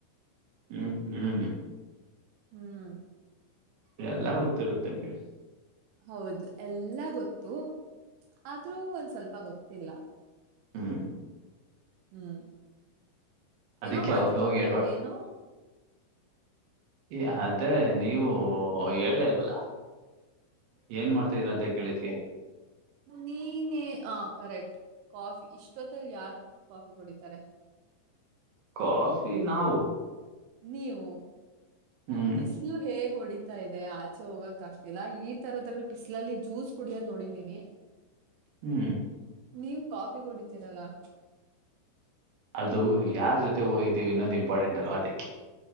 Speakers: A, on the right; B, on the right.
A: ಹ್ಮ್ ಹ್ಮ್
B: ಹ್ಮ್
A: ಎಲ್ಲ ಗೊತ್ತಿರುತ್ತೆ ನಿಮ್ಗೆ.
B: ಹೌದು ಎಲ್ಲ ಗೊತ್ತು ಆದ್ರೂ ಒಂದ್ ಸ್ವಲ್ಪ ಗೊತ್ತಿಲ್ಲ.
A: ಹ್ಮ್
B: ಹ್ಮ್
A: ಅದಕ್ಕೆ
B: ಏನೋ ಮಾತಾಡ್ತಿದವಲ್ಲ
A: ಅವಾಗ ಅವಾಗ ಎಡ್ವಟ್
B: ಏನೋ.
A: ಈ ಅದೇ ನೀವು ಹೇಳ್ನೆ ಇಲ್ವಲ್ಲ. ಏನ್ ಮಾಡ್ತಾ ಇದೀರ ಅಂತ ಕೇಳಿದ್ಗೆ.
B: ನೀನೇ ಆ ಕರೆಕ್ಟ್ ಕಾಫಿ ಇಷ್ಟೊತ್ತಲ್ಲಿ ಯಾರ್ ಕಾಫಿ ಕುಡಿತಾರೆ.
A: ಕಾಫಿ ನಾವು.
B: ನೀವು
A: ಹ್ಮ್
B: ಬಿಸ್ ಪಿಸ್ಲು ಹೇಗ್ ಹೊಡಿತಾ ಇದೆ ಆಚೆ ಹೋಗಕ್ ಆಗ್ತಿಲ್ಲ ಈ ತರದ್ರಲ್ಲಿ ಬಿಸ್ಲಲ್ಲಿ ಜ್ಯೂಸ್ ಕುಡಿಯೋದ ನೋಡಿದೀನಿ.
A: ಹ್ಮ್
B: ನೀವ್ ಕಾಫಿ ಕುಡಿತೀರಲ್ಲಾ.
A: ಅದು ಯಾರ ಜೊತೆ ಹೋಗಿದ್ದೀವಿ ಅನ್ನೋದು ಇಂಪಾರ್ಟೆಂಟ್ ಅಲ್ವಾ ಅದಕ್ಕೆ.